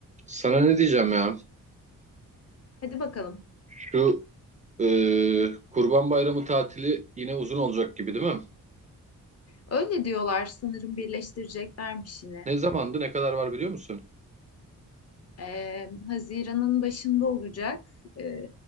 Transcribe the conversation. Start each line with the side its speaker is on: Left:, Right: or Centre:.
Right: Sana ne diyeceğim ya?
Left: Hadi bakalım.
Right: Şu e, Kurban Bayramı tatili yine uzun olacak gibi değil mi?
Left: Öyle diyorlar sanırım birleştireceklermiş yine.
Right: Ne zamandı, ne kadar var biliyor musun?
Left: Ee, Haziran'ın başında olacak. Ee,